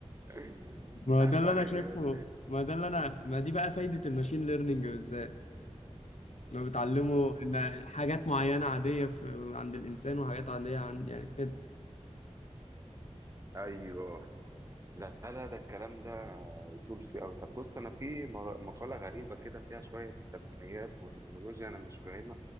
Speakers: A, on the right; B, on the left.
A: <laughs>
B: ما ده اللي انا
A: ايوه
B: شايفه ما ده اللي انا ما دي بقى فايدة الماشين ليرنينج بالذات لو بتعلمه ان حاجات معينة عادية في عند الانسان وحاجات عادية عند يعني كده
A: ايوه لا لا ده الكلام ده يطول فيه قوي طب بص انا في م- مقاله غريبه كده فيها شويه تقنيات وتكنولوجيا انا مش فاهمها